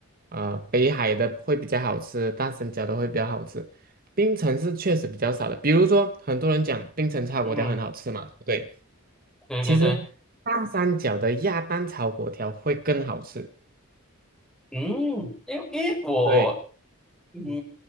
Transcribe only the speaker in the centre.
嗯，
对对对，
嗯，因为因为我，
嗯，